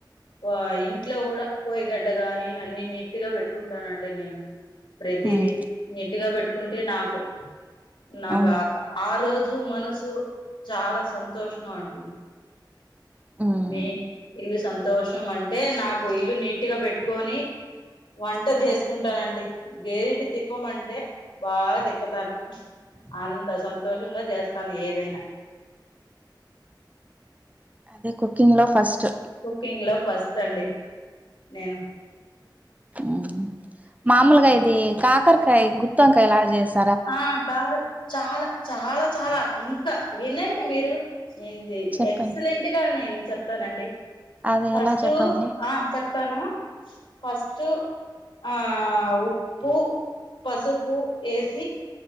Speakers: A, on the left; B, on the right.
A: పో ఇంట్లో కూడా పోయగడ్డ గాని అన్ని నీట్గా పెట్టుకుంటానండి నేను ప్రతిది
B: ఉమ్
A: నీట్ గా పెట్టుకుంటే నాకు నాకు
B: అవును
A: ఆ రోజు జు మనసు చాలా సంతోషంగా ఉంటుంది
B: ఉమ్
A: మేయిన్ ఇల్లు సంత దోషం అంటే నాకు ఇల్లు నీటుగా పెట్టుకొని వంట చేసుకుంటానండి గేరిటి తిప్పమంటే బా తిప్పుతాను అంతా సంతోషంగా చేస్తాను ఏదైనా
B: అదే కుకింగ్ లో ఫస్ట్
A: కుకింగ్ లో ఫస్ట్ అండి నేను
B: మ్ మామూలుగా ఇదీ కాకరకాయ గుత్తొంకాయ లాగా చేస్
A: ఆ కాదర్ చాలా చాలా చాలా ఇంకా వినండి మీరు ఏంది
B: చెప్పండి
A: ఎక్సలెంట్ గా నేను చెప్తానండి
B: అది
A: ఫస్టూ
B: ఎలా చెప్పండి
A: ఆ చెప్తాను ఫస్ట్ ఆ ఉప్పు పసుపు ఏస్ ఈ